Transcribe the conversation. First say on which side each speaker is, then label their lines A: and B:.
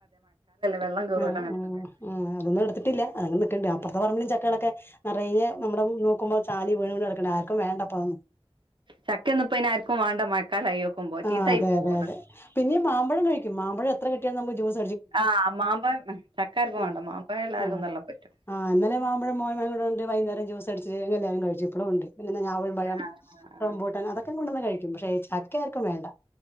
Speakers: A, on the right (about 55°); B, on the left (about 20°).
A: വെള്ളം കേറുവല്ലോ
B: ആഹ്
A: അങ്ങനത്തൊക്കെ
B: ആഹ് ആഹ് അതൊന്നെടുത്തിട്ടില്ല അ ണ്ട് അപ്പർത്തെ പറമ്പിലും ചക്കകളൊക്കെ നറയെ നമ്മടെ നോക്കുമ്പോ ചാല് വീണ് വീണ് കെട്ക്കിണ്ട് ആർക്കും വേണ്ടപ്പോ അതൊന്നും
A: ചക്ക ഒന്നും ഇപ്പോ ഇനി ആർക്കും വാണ്ട മഴക്കാലായോക്കുമ്പോ ചീത്തായി
B: ആഹ് അതെ
A: പോവാണ്.
B: അതെ അതെ. പിന്നെ മാമ്പഴം കഴിക്കും. മാമ്പഴം എത്ര കിട്ടിയാലു നമ്മ ജൂസ്
A: ആഹ് മാമ്പഴം ചക്കാർക്കും
B: ആഹ്
A: വാണ്ട മാമ്പഴം എല്ലാർക്കും
B: ആഹ്
A: നല്ലാം പറ്റും.
B: ആഹ് ഇന്നലെ മാമ്പഴ മോ <unintelligible> ഉണ്ട് വൈന്നേരം ജൂസടിച്ച് ഞങ്ങല്ലാരും കഴിച് ഇപ്പളുണ്ട് ന്നിട്ട് ഞാവൽ പഴം
A: ആഹ് ആഹ്
B: റംബൂട്ടാൻ അതൊക്കെ കൊണ്ടന്ന് കഴിക്കും. പശേ ചക്കയാര്ക്കും വേണ്ട.